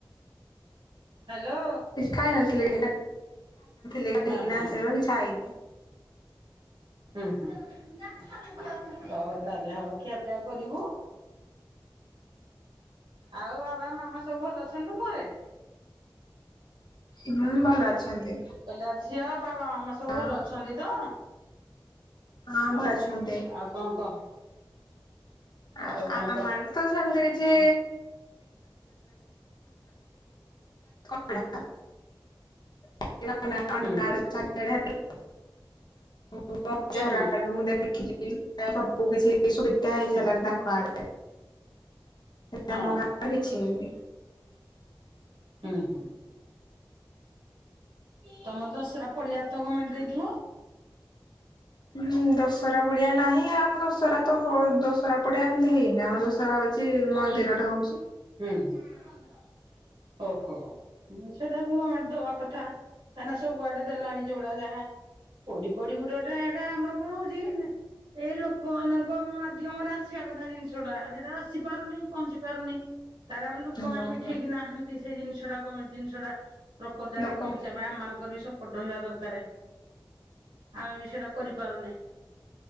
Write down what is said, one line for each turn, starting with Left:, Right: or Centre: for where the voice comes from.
Right: ହ୍ୟାଲୋ।
Left: କିଛି ଖାଇ ନଥିଲି <unintelligible>
Right: ହଁ ହଁ
Left: କିଛି ଖାଇନି।
Right: ହୁଁ ଉଁ ହୁଁ, ହଉ ତାହେଲେ ହଉ ଖିଆପିଆ କରିବୁ। ଆଉ ବାବା, ମାମା ସବୁ ଭଲ ଅଛନ୍ତି ତମ ଘରେ?
Left: ହୁଁ ଭଲ ଅଛନ୍ତି।
Right: କହିଲା ଝିଅ ବାବା, ମାମା ସବୁ
Left: ଆଉ
Right: ଭଲ ଅଛନ୍ତି ତ?
Left: ହଁ
Right: ହଉ
Left: ଭ ଅଛନ୍ତି।
Right: ଆଉ କଣ କହ
Left: ଆ
Right: ଆଉ କଣ
Left: ଆମର
Right: କହ
Left: ତ ସେମିତି କିଛି <unintelligible> <unintelligible>
Right: ହୁଁ ହୁଁ
Left: ଦେଖିଛିି ସବୁ କିଛି
Right: ହୁଁ
Left: ସୁବିଧା ହେଇସାଇଲାଣି ତାଙ୍କ
Right: ହୁଁ
Left: ଆଡେ। ହେଲେ
Right: ହଁ
Left: ଆମ ଗାଁ କିଛି ହେଇନି।
Right: ହୁଁ ହୁଁ। ତମର ଦସରା ପଡିଆ ତ ଗମେଣ୍ଟ ଦେଇଥିବ?
Left: ହୁଁ ଦଶରା ପଡିଆ ନାହିଁ। ଆଉ ଆମ ଦସରା ତ ହୋ ଦଶରା ପଡିଆ ଏମିତି ହେଇନି। ଆମ ଦ ହଉଛି ମନ୍ଦିରଟି ହଉଛି।
Right: ହୁଁ ହୁଁ, ଓହୋ। ହୁଁ ସେଟା ବି ଗମେଣ୍ଟ ଦବା କଥା। କାହିଁକିନା ସବୁଆଡେ ଦେଲାଣି ଯୋଉଡା ଯାହା କୋଉଠି କୋଉଠି ଗୋଟେ ଗୋଟେ ଏଟା ଆମର କଣ ହଉଛି ନେ ଏଇ ଲୋକମାନଙ୍କ ମାଧ୍ୟମରେ ଆସିବା କଥା ଜିନିଷଟା। ସେଟା ଆସିପାରୁନି ପହଞ୍ଚି ପାରୁନି। ତାର ଆମେ
Left: ହଉଛି।
Right: ଲୋକମାନେ ବି ଠିକ୍ ନାହାନ୍ତି ସେ ଜିନିଷଟା ଗମେଣ୍ଟ ଜିନ ଷଟା ପ୍ରପୋର ଜାଗାରେ
Left: ଲୋକ
Right: ପହଞ୍ଚିବା ପାଇଁ। ଆମ ମାନଙ୍କର ବି ସବୁ ରହିବା ଦରକାରେ। ଆମେ ବି ସେଇଟା କରିପାରୁନେ।